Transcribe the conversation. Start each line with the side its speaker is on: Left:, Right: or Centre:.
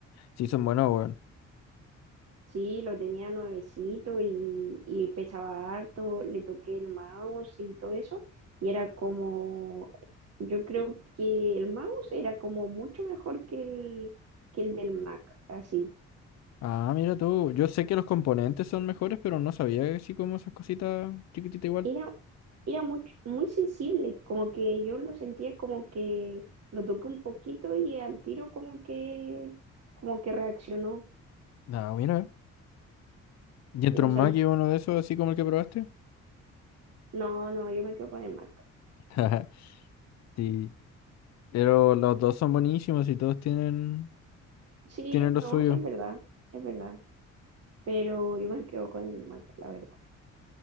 Left: Sí, son buenos, weón.
Right: sí, lo tenía nuevecito y, y pesaba harto. Le toqué el mouse y todo eso. Y era como, yo creo que el mouse era como mucho mejor que el, que el del Mac, así.
Left: Ah, mira tú. Yo sé que los componentes son mejores, pero no sabía que así como esas cositas chiquititas igual.
Right: era, era mucho, muy sensible, como que yo lo sentía como que lo toqué un poquito y al tiro como que, como que reaccionó.
Left: Ah, mira. ¿Y entró
Right: Yo, o
Left: un
Right: sea,
Left: Mac
Right: yo-
Left: y uno de esos, así como el que probaste?
Right: no, no, yo me quedo con el Mac.
Left: <laughs> Sí, pero los dos son buenísimos y todos tienen,
Right: Sí,
Left: tienen lo
Right: no,
Left: suyo.
Right: sí es verdad, es verdad, pero yo me quedo con el Mac, la verdad.